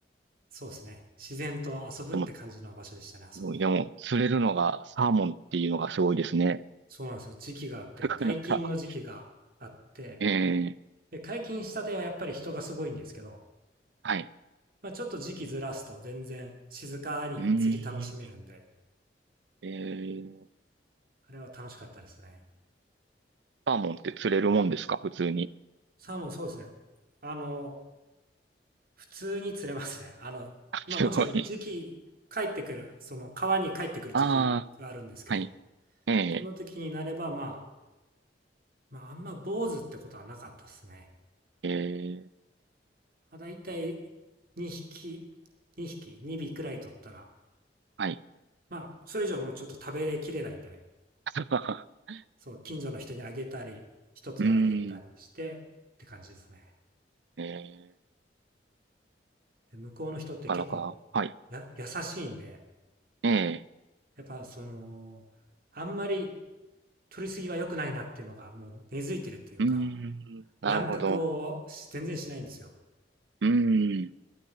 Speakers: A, on the right (about 55°); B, on the right (about 75°).
A: そうですね。自然と遊ぶって感じの場所でしたね、
B: でも
A: あそこは。
B: いやもう、釣れるのがサーモンっていうのがすごいですね。
A: そうなんですよ。時期があって、
B: なかなか。
A: 解禁の時期があって、
B: ええ
A: で、解禁したてはやっぱり人がすごいんですけど、
B: はい。
A: まあ、ちょっと時期ずらすと全然静かに釣り楽しめるんで、
B: うーん。ええ
A: あれは楽しかったですね。
B: サーモンって釣れるもんですか普通に。
A: サーモンそうですね。あの、普通に釣れますね。あの、
B: <laughs> あすごい。
A: まあもちろん時期、帰ってくる、その川に帰ってくる時期があるんですけど、
B: ああ、はい。ええ
A: その時になればまあまあ、あんま坊主ってことはなかったっすね。
B: ええ
A: まあ、だいたい2匹、2匹、2尾くらい取ったら、
B: はい。
A: まあ、それ以上もうちょっと食べきれないんでね。
B: <laughs>
A: そう、近所の人にあげたり、一つはあげたりしてって感じですね。
B: うーん。ええ
A: で、向こうの人って結構
B: なかなか。はい。
A: や優しいんで、
B: ええ
A: やっぱその、あんまり取りすぎは良くないなっていうのがもう根付いてるっていうか、
B: うーん。なるほど。
A: 乱獲をし全然しないんですよ。
B: うーん。